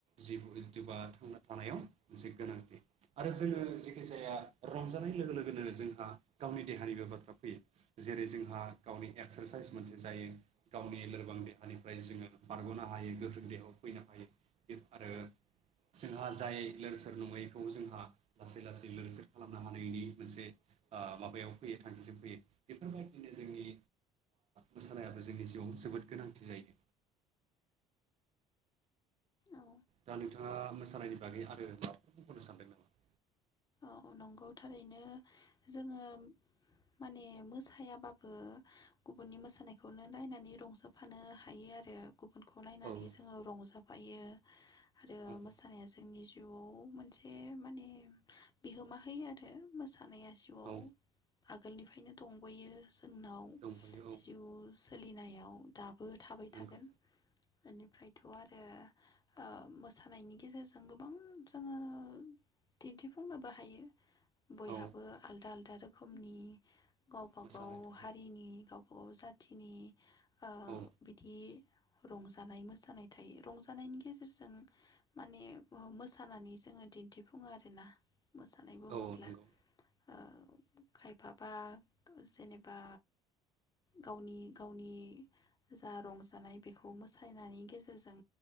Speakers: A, on the right (about 50°); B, on the left (about 30°).
A: जिव जिवा थांना थानायाव मोनसे गोनांथि आरो जोङो जि जायखिजाया रंजानाय लोगो लोगोनो जोंहा गावनि देहानिबो बाथ्रा फैयो जेरै जोंहा गावनि एक्सारसाइस मोनसे जायो गावनि लोरबां देहानिफ्राय जोङो बारगनो हायो गोख्रों देहायाव फैनो हायो आरो जोंहा जाय लोर सोरोर नङैखौ जोंहा गासैलोरसोर खालामनो हानायनि मोनसे माबायाव फैयो थांखिजों फैयो बेफोरबायदिनो जोंनि मोसानायाबो जोंनि जिउआव जोबोद गोनांथि जायो
B: औ
A: दा नोंथाङा मोसानायनि बागै आरो मां बुंबावनो सानदों नामा?
B: अ नंगौ थारैनो जोङो माने मोसायाबाबो गुबुननि मोसानायखौनो नायनानै रंजफानो हायो आरो गुबुन खौ नायनानै
A: औ
B: जोङो रंजा फायो आरो
A: औ
B: मोसानाया जोंनि जिउआव मोनसे माने बिहोमा होयो आरो मोसा सानाया जिवआव
A: औ
B: आगोलनिफ्रायनो दंबोयो जोंनाव
A: दंफायो
B: जिउ जो सोलिनायाव दाबो थाबाय
A: औ नंगौ
B: थागोन
A: नंगौ
B: बेनिफ्रायथ आरो ओ मोसानायनि गेजेरजों गोबां जोङो दिन्थिफ सफुंनोबो हायो बयहाबो
A: औ
B: आलदा आलदा रोखोमनि गावबा
A: मोसानाय
B: गाव
A: थायो
B: हारिनि गाव अ जाथिनि ओ
A: औ
B: बिदि रंजानाय मोसानाय थायो रंजानायनि गेजेरजों माने ओ मोसानानै जोङो दिन्थिफुङो आरोना मोसानाय बुङोब्ला
A: औ नंगौ
B: ओ खायफाबा जेनेबा गावनि गावनि जा रंजानाय बेखौ मोसानायनि गेजेरजों